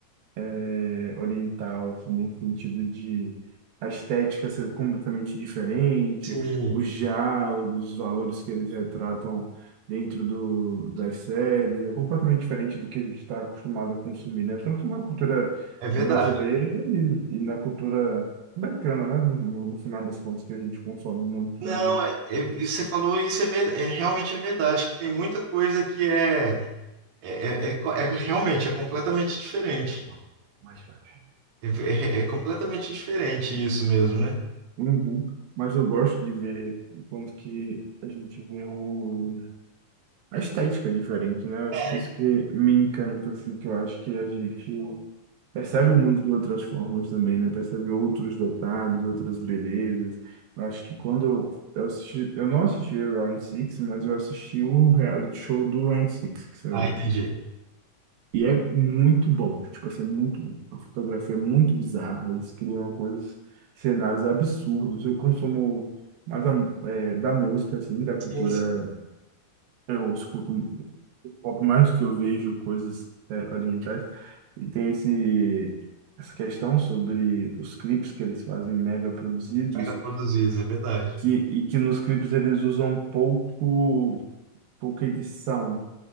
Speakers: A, on the right (about 80°); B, on the right (about 55°).
A: é, oriental, assim, nesse sentido de a estética ser completamente diferente,
B: Sim,
A: os diálogos, os valores que eles retratam dentro do, das séries, é completamente diferente do que a gente está acostumado a consumir, né? Tanto na cultura
B: é verdade.
A: brasileira e, e na cultura americana, né? No, no, no final das contas, que a gente consome muito
B: Não,
A: também.
B: é, é- e você falou isso é, ver- é realmente é verdade, que tem muita coisa que é, é, é, é co- é realmente é completamente diferente.
A: Tá bom, mais baixo.
B: É, é- é completamente diferente isso mesmo, né?
A: Uhum. Mas eu gosto de ver o quanto que a gente vê o a estética é diferente, né? Eu acho
B: É.
A: que isso que me encanta, assim, que eu acho que a gente percebe o mundo de outras formas também, né? Percebe outros detalhes, outras belezas. Eu acho que quando eu assisti, eu não assisti o Round Six mas eu assisti o reality show do Round Six que saiu
B: Ah,
A: depois.
B: entendi.
A: E é muito bom, tipo assim, é muito bom. A fotografia é muito bizarra, eles criam coisas, cenários absurdos. Eu consumo mais a, é, da música, assim, da cultura
B: Sim, sim,
A: eu escuto um pouco mais do que eu vejo coisas é, orientais. E tem esse, essa questão sobre os clipes que eles fazem mega produzidos,
B: mega produzidos, é verdade.
A: que, e que nos clipes eles usam pouco, pouca edição.